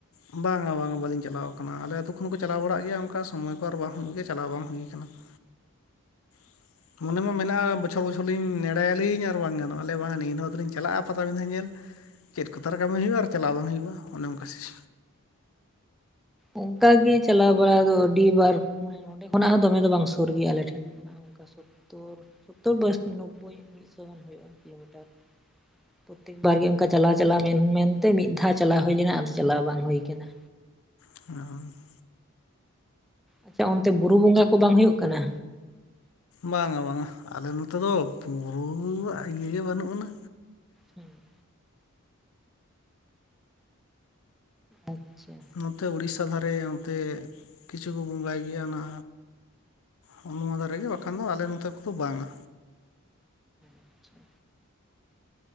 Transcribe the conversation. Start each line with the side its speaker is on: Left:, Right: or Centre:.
Left: ᱚ ᱵᱟᱝᱼᱟ ᱵᱟᱝᱼᱟ ᱵᱟᱹᱞᱤᱧ ᱪᱟᱞᱟᱣ ᱠᱟᱱᱟ ᱟᱞᱮ ᱟᱹᱛᱩ ᱠᱷᱚᱱ ᱦᱚᱸᱠᱚ ᱪᱟᱞᱟᱣ ᱵᱟᱲᱟᱜ ᱜᱮᱭᱟ ᱚᱱᱠᱟ ᱥᱚᱢᱚᱭ ᱠᱚ ᱟᱨ ᱵᱟᱝ ᱦᱩᱭᱩᱜ ᱜᱮᱭᱟ ᱪᱟᱞᱟᱣ ᱵᱟᱝ ᱦᱩᱭ ᱠᱟᱱᱟ᱾ <inaudible> <inaudible> ᱢᱚᱱᱮ ᱢᱟ ᱢᱮᱱᱟᱜᱼᱟ ᱵᱚᱪᱷᱚᱨ ᱵᱚᱪᱷᱚᱨ ᱞᱤᱧ ᱱᱮᱲᱟᱭᱟᱞᱤᱧ ᱟᱨ ᱵᱟᱝ ᱜᱟᱱᱚᱜᱼᱟ ᱞᱮ ᱵᱟᱝ ᱤᱱᱟᱹ ᱫᱷᱟᱣ ᱫᱚᱞᱤᱧ ᱪᱟᱞᱟᱜᱼᱟ ᱯᱟᱴᱟᱵᱤᱫᱷᱟᱹ ᱧᱮᱞ ᱪᱮᱫ ᱠᱚ ᱛᱟᱨ ᱠᱟᱹᱢᱤ ᱦᱩᱭᱳᱜᱼᱟ ᱟᱨ ᱪᱟᱞᱟᱣ ᱵᱟᱝ ᱦᱳᱭᱩᱜᱼᱟ ᱚᱱᱮ ᱚᱱᱠᱟ ᱥᱤᱥ
Centre: ᱚᱝᱠᱟᱜᱤ ᱪᱟᱞᱟᱣ ᱵᱟᱲᱟ ᱫᱚ ᱟᱹᱰᱤ ᱵᱟᱨ ᱢᱟᱱ ᱱᱚᱸᱰᱮ ᱠᱷᱚᱱᱟᱜ ᱦᱚᱸ ᱫᱚᱢᱮ ᱫᱚ ᱵᱟᱝ ᱥᱩᱨ ᱜᱤᱭᱟ ᱟᱞᱮ ᱴᱷᱮᱱ ᱠᱷᱚᱱᱟᱜ ᱚᱱᱠᱟ ᱥᱳᱛᱳᱨ ᱥᱳᱛᱳᱨ ᱵᱟᱹᱥ ᱱᱳᱵᱳᱭ ᱢᱤᱫ ᱥᱚ ᱜᱟᱱ ᱦᱳᱭᱩᱜᱼᱟ ᱠᱤᱞᱳᱢᱤᱴᱟᱨ᱾ ᱯᱨᱚᱛᱮᱠ ᱵᱟᱨ ᱜᱮ ᱚᱱᱠᱟ ᱪᱟᱞᱟᱣ ᱪᱟᱞᱟᱣ ᱢᱮᱱ ᱢᱮᱱᱛᱮ ᱢᱤᱫ ᱫᱷᱟᱣ ᱪᱟᱞᱟᱣ ᱦᱳᱭ ᱞᱮᱱᱟ ᱟᱫᱚ ᱪᱟᱞᱟᱣ ᱵᱟᱝ ᱦᱳᱭ ᱠᱟᱱᱟ᱾
Left: <unintelligible>
Centre: ᱟᱪᱪᱷᱟ ᱚᱱᱛᱮ ᱵᱩᱨᱩ ᱵᱚᱸᱜᱟ ᱠᱚ ᱵᱟᱝ ᱦᱳᱭᱩᱜ ᱠᱟᱱᱟ?
Left: ᱵᱟᱝᱟ ᱵᱟᱝᱟ ᱟᱞᱮ ᱱᱚᱛᱮ ᱫᱚ ᱵᱩᱨᱩ ᱤᱭᱟᱹ ᱜᱮ ᱵᱟᱹᱱᱩᱜ ᱟᱱᱟ᱾
Centre: ᱦᱩᱸ ᱟᱪᱪᱷᱟ
Left: ᱱᱚᱛᱮ ᱩᱲᱤᱥᱥᱟ ᱫᱷᱟᱨᱮ ᱚᱱᱛᱮ ᱠᱤᱪᱷᱩ ᱠᱚ ᱵᱚᱸᱜᱟᱭ ᱜᱤᱭᱟ ᱚᱱᱟ ᱱᱚᱜ ᱱᱚᱣᱟ ᱫᱷᱟᱨᱮ ᱜᱮ ᱵᱟᱠᱷᱟᱱ ᱫᱚ ᱟᱞᱮ ᱱᱚᱛᱮ ᱠᱚᱫᱚ ᱵᱟᱝᱼᱟ᱾
Centre: ᱟᱪᱪᱷᱟ